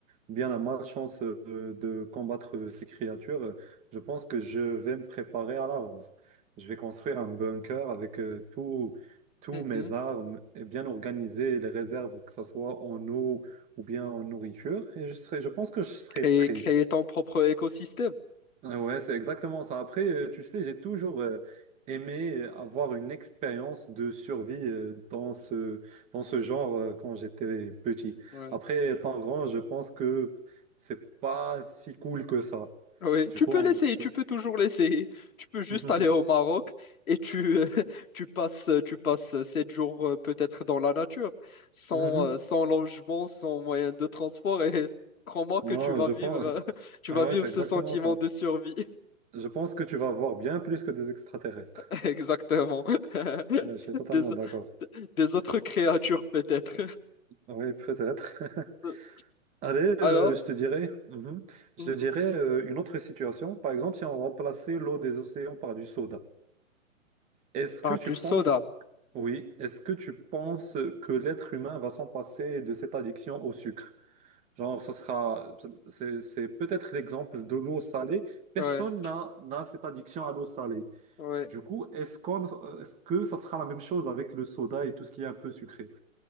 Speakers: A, on the right (about 15°); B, on the left (about 80°).
A: ou bien la malchance euh, de combattre euh, ces créatures, euh, je pense que je vais me préparer à l'avance. Je vais construire un bunker avec euh, tout- tous
B: Hum,
A: mes
B: hum.
A: armes et bien organiser les réserves, que ce soit en eau ou bien en nourriture. Et je serai, je pense que je serai
B: Créer,
A: prêt.
B: créer ton propre écosystème.
A: Ouais, c'est exactement ça. Après, euh, tu sais, j'ai toujours euh, aimé avoir une expérience de survie euh, dans ce, dans ce genre euh, quand j'étais petit.
B: Ouais.
A: Après, étant grand, je pense que c'est pas si cool que ça.
B: Oui,
A: Du
B: tu
A: coup,
B: peux
A: on-
B: l'essayer, tu
A: ouais.
B: peux toujours l'essayer. Tu peux juste
A: <laughs>
B: aller au Maroc et tu, euh, <laughs> tu passes, tu passes sept jours euh, peut-être dans la nature, sans,
A: Mhm.
B: euh, sans logement, sans moyen de transport et <laughs> crois-moi que
A: Ouais,
B: tu vas
A: je
B: vivre,
A: pense.
B: euh,
A: <laughs>
B: <laughs> tu
A: Ouais,
B: vas vivre
A: c'est
B: ce
A: exactement
B: sentiment
A: ça.
B: de survie.
A: Je pense que tu vas voir bien plus que des extraterrestres.
B: <laughs> Exactement. <laughs>
A: Ouais, je suis totalement
B: Des,
A: d'accord.
B: des autres créatures peut-être.
A: Oui, peut-être. <laughs>
B: <laughs>
A: Allez,
B: Alors?
A: euh, je te dirais, mhm.
B: Mhm.
A: Je te dirais euh, une autre situation. Par exemple, si on remplaçait l'eau des océans par du soda, est-ce
B: Par
A: que tu
B: du
A: penses,
B: soda.
A: oui, est-ce que tu penses que l'être humain va s'en passer de cette addiction au sucre? Genre, ça sera, c'est, c'est peut-être l'exemple de l'eau salée. Personne
B: Ouais,
A: n'a, n'a cette addiction à l'eau salée.
B: ouais.
A: Du coup, est-ce qu'on, euh, est-ce que ça sera la même chose avec le soda et tout ce qui est un peu sucré?